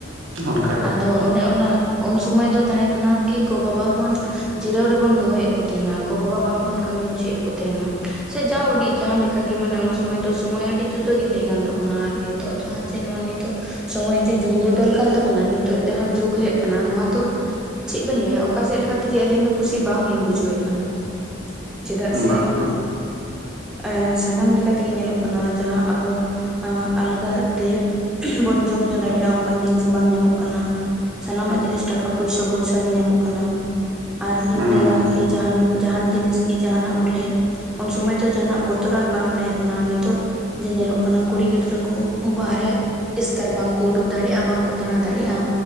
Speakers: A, on the right; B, in the centre.
A: ᱚᱱᱠᱟ ᱜᱮ
B: ᱟᱫᱚ ᱚᱱᱮ ᱚᱱᱟ ᱾ ᱥᱳᱢᱚᱭ ᱫᱚ ᱛᱟᱦᱮᱸ ᱠᱟᱱᱟ ᱠᱤ ᱜᱚ ᱵᱟᱵᱟ ᱵᱚᱱ ᱾ ᱡᱤᱨᱟᱹᱣ ᱨᱮ ᱵᱚᱱ ᱫᱚᱦᱚᱭ ᱮᱫ ᱠᱚ ᱛᱟᱦᱮᱱ ᱟ ᱜᱚᱼᱵᱟᱵᱟ ᱵᱟᱝ ᱵᱚᱱ ᱠᱟᱹᱢᱤ ᱦᱚᱪᱚᱭ ᱮᱫ ᱠᱚ ᱛᱟᱦᱮᱱ ᱟ ᱾ ᱥᱮ ᱡᱟ ᱩᱰᱤ ᱡᱟᱦᱟᱸ ᱞᱮᱠᱟᱜᱮ ᱢᱟᱱᱮ ᱩᱱ ᱥᱚᱢᱚᱭ ᱡᱟ ᱥᱚᱢᱚᱭ ᱟᱹᱰᱤ ᱡᱩᱫᱟᱹᱜ ᱜᱮ ᱫᱚ ᱦᱮᱸ ᱠᱟᱱ ᱛᱟᱵᱚᱱᱟ ᱟᱨ ᱱᱤᱛᱚᱜ ᱡᱟᱦᱟᱸ ᱡᱮ ᱱᱚᱣᱟ ᱱᱤᱛᱚᱜ ᱾ ᱥᱚᱢᱚᱭ ᱡᱮ ᱡᱩᱜᱽ ᱵᱚᱫᱚᱞ ᱠᱟᱱ ᱛᱟᱵᱚᱱᱟ ᱱᱤᱛᱚᱜ ᱡᱟᱦᱟᱸ ᱡᱩᱜᱽ ᱦᱮᱡ ᱟᱠᱟᱱᱟ ᱱᱚᱣᱟ ᱾ ᱛᱚ ᱪᱮᱫ ᱵᱮᱱ ᱞᱟᱹᱭᱟ ᱚᱠᱟ ᱥᱮᱫ ᱞᱮᱠᱟᱛᱮᱜᱮ ᱟᱹᱞᱤᱧ ᱫᱚ ᱠᱩᱥᱤ ᱵᱟᱝ ᱞᱤᱧ ᱵᱩᱡᱷᱟᱹᱣᱮᱫ ᱠᱟᱱᱟ <inaudible> ᱪᱮᱫᱟᱜ ᱥᱮ
A: ᱵᱟᱝ
B: <inaudible>
A: ᱛᱚ
B: <unintelligible> ᱥᱟᱱᱟᱢ ᱞᱮᱠᱟᱛᱮᱜᱮ ᱧᱮᱞᱚᱜ ᱠᱟᱱᱟ ᱡᱟᱦᱟᱸ ᱟᱵᱚ <unintelligible> ᱟᱞᱜᱟ <unintelligible> <unintelligible> ᱵᱚᱱ ᱡᱚᱢ ᱧᱩ ᱫᱟᱲᱮᱭᱟᱜᱼᱟ ᱚᱱᱠᱟᱱ ᱡᱤᱱᱤᱥ ᱵᱟᱝ ᱧᱟᱢᱚᱜ ᱠᱟᱱᱟ ᱥᱟᱱᱟᱢᱟᱜ ᱡᱤᱱᱤᱥ ᱾ ᱴᱟᱠᱟ ᱯᱩᱭᱥᱟᱹ ᱵᱷᱚᱨᱥᱟ ᱜᱮ ᱧᱟᱢᱚᱜ ᱠᱟᱱᱟ ᱟᱨᱞᱤᱧ
A: ᱦᱩᱸ
B: ᱞᱟᱹᱭᱟ ᱠᱤ ᱡᱟᱦᱟᱱ ᱾ ᱡᱟᱦᱟᱱ ᱡᱤᱱᱤᱥ ᱜᱮ ᱡᱟᱦᱟᱱᱟᱜ ᱵᱚᱞᱮ ᱩᱱ ᱥᱚᱢᱚᱭ ᱫᱚ ᱡᱟᱦᱱᱟᱜ ᱵᱚᱛᱚᱨᱟᱱ ᱵᱟᱝ ᱛᱟᱦᱮᱸ ᱠᱟᱱᱟ ᱱᱤᱛᱚᱜ ᱾ ᱡᱮ ᱧᱮᱞᱚᱜ ᱠᱟᱱᱟ ᱠᱩᱲᱤ ᱜᱤᱫᱽᱨᱟᱹ ᱠᱚ ᱵᱟᱦᱨᱮ ᱾ ᱮᱥᱠᱟᱨ ᱵᱟᱝ ᱠᱚ ᱩᱰᱩᱠ ᱫᱟᱲᱮᱜᱼᱟ ᱵᱟᱝ ᱠᱚ ᱫᱟᱬᱟ ᱫᱟᱲᱮᱜᱼᱟ